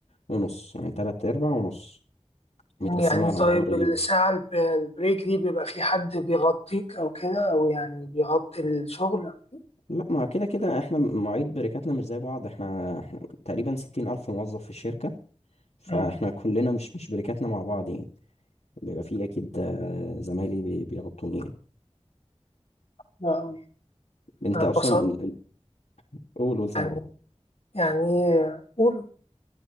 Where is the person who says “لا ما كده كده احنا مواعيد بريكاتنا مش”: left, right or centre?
Left